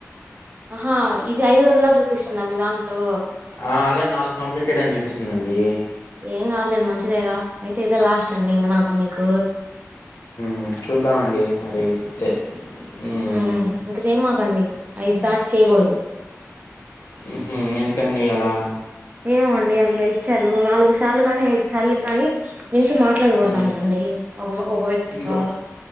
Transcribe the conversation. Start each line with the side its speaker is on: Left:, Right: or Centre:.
Right: ఆహా ఇది ఐదోదిలా చూపిస్తుందా మీ దాంట్లో
Left: ఆ ఆల్రెడీ నాలుగు కంప్లీటెడ్ అని చూపిస్తుందండి
Right: ఏం కాదులెండి మంచిదేగా అయితే ఇదే లాస్ట్ అండి ఇంక నాతో మీకు
Left: మ్ చూద్దామండి మరి తె మ్మ్.
Right: మ్ హు ఇంకా చేయమాకండి ఐదు దాటి చేయకూడదు
Left: ఉమ్ హు ఎందుకండి అలా
Right: ఏమో అండి అందులో ఇచ్చారు నాలుగు సార్లు గాని ఐదు సార్లు గాని మించి మాట్లాడకూడదంటండి
Left: మ్మ్.
Right: ఒక ఒక వ్యక్తి
Left: ఇంకో
Right: తో